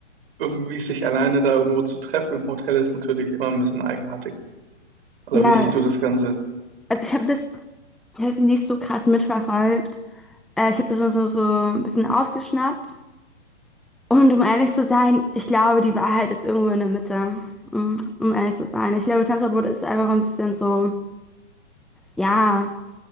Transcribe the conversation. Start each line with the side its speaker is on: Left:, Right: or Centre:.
Right: irgendwie sich alleine da irgendwo zu treffen im Hotel ist natürlich immer ein bisschen eigenartig. Oder
Centre: Ja,
Right: wie siehst du das Ganze?
Centre: also ich habe das, ich das nicht so krass mitverfolgt. Äh, ich habe das nur so, so ein bisschen aufgeschnappt. Und um ehrlich zu sein, ich glaube, die Wahrheit ist irgendwo in der Mitte. Mm, Um ehrlich zu sein. Ich glaube, Tanzverbot ist einfach ein bisschen so, ja.